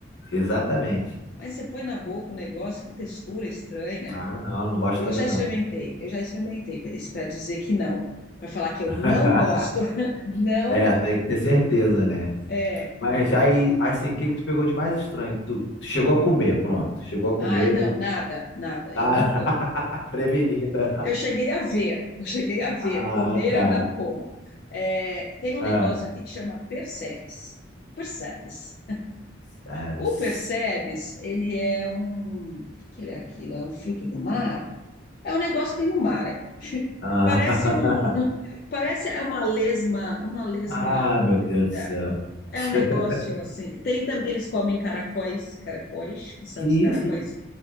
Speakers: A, on the left (about 70°); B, on the left (about 50°).
A: exatamente.
B: Mas você põe na boca um negócio que textura estranha.
A: Ah, não, não gosto
B: Eu
A: também
B: já experimentei,
A: não.
B: eu já experimentei para dizer que não, para falar que eu
A: <laughs>
B: não gosto, <laughs> não
A: É,
B: gosto.
A: tem que ter certeza, né?
B: É,
A: Mas
B: não, não
A: aí,
B: gosto.
A: assim, o que que tu pegou de mais estranho? Que tu, tu chegou a comer, pronto. Chegou a comer.
B: Ai, não, nada, nada.
A: Ah,
B: Eu não como.
A: <laughs> prevenida.
B: Eu cheguei a ver, eu cheguei a ver.
A: Ah,
B: Comer
A: tá.
B: eu não como. É, tem um
A: Ah,
B: negócio aqui que chama Percebes. Percebes.
A: sabes.
B: O Percebes, ele é um. O que que ele é aquilo? É um fruto do mar? É um negócio que tem no mar.
A: Ah,
B: Parece um. <laughs> Parece uma lesma, uma lesma
A: <laughs> ah,
B: comprida.
A: meu Deus do céu.
B: É
A: <laughs>
B: um negócio assim. Tem, tam- eles comem caracóis, caracóis, que são
A: Que
B: os caracóis
A: isso?